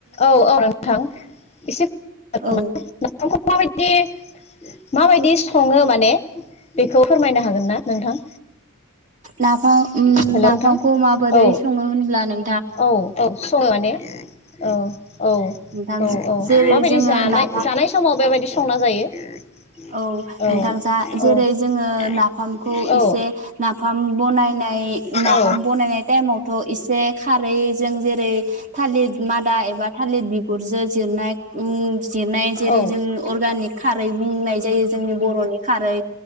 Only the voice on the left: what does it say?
औ औ नोंथां एसे नोंथांखौ
<unintelligible> माबायदि <inaudible> माबायदि स सङो माने, बेखौ फोरमायनो हागोन ना नोंथां?
हेल'
नोंथां
औ
औ औ सं- माने औ औ
औ औ
माबायदि
जानाय
जानाय समाव बेबायाददि संना जायो।
औ
औ
औ।
औ
औ